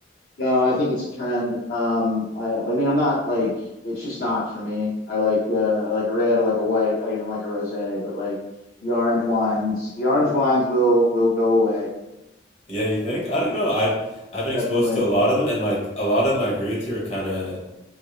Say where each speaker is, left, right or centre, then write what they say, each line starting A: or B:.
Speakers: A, on the left; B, on the left.
A: no, I think it's a trend. Um I I mean I'm not like it's just not for me. I like uh I like a red, I like a white, I even like a rosé, but like the orange wines, the orange wines will will go away.
B: Yeah, you think? I don't know. I've I've been
A: Definitely.
B: exposed to a lot of them, and like a lot of them, I agree with you, are kind of